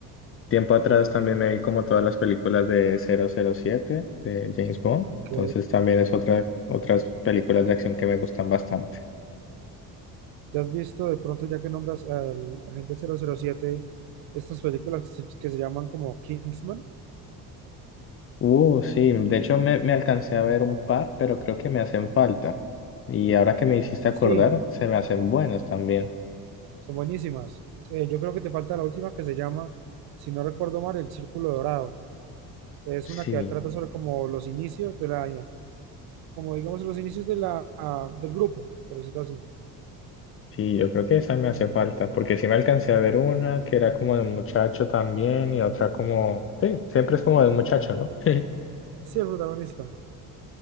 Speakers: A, on the left (about 35°); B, on the right (about 65°).
A: tiempo atrás también me vi como todas las películas de cero cero siete de James Bond,
B: Ok.
A: entonces también es otra, otras películas de acción que me gustan bastante.
B: ¿Ya has visto de pronto, ya que nombras al agente 007, estas películas que se, que se llaman como Kingsman?
A: Uh, sí, de hecho me, me alcancé a ver un par, pero creo que me hacen falta. Y ahora que me hiciste acordar,
B: Sí,
A: se me hacen buenas también.
B: son buenísimas. Eh, yo creo que te falta la última que se llama, si no recuerdo mal, El Círculo Dorado. Es
A: Sí.
B: una que trata sobre como los inicios de la, como digamos los inicios de la, ah, del grupo, por decirlo así.
A: Sí, yo creo que esa me hace falta, porque sí me alcancé a ver una que era como de un muchacho también y otra como, sí, siempre es como de un muchacho, ¿no? <laughs>
B: Sí, el protagonista.